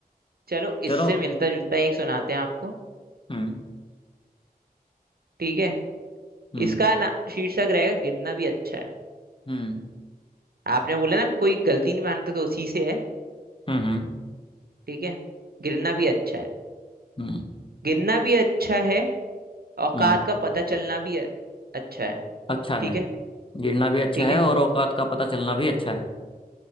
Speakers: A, on the right (about 75°); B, on the left (about 35°).
A: चलो
B: चलो
A: इससे मिलता जुलता एक सुनाते हैं आपको
B: हम्म
A: ठीक है
B: हम्म
A: इसका ना शीर्षक रहेगा गिरना भी अच्छा है
B: हम्म
A: आपने बोला ना कोई गलती नहीं मानता तो उसी से है
B: हम्म हम्म
A: ठीक है गिरना भी अच्छा है
B: हम्म
A: गिरना भी अच्छा है औकात
B: हम्म।
A: का पता चलना भी अ- अच्छा है
B: अच्छा
A: ठीक
B: है
A: है
B: गिरना भी अच्छा
A: ठीक
B: है
A: है
B: और औकात का पता चलना भी अच्छा है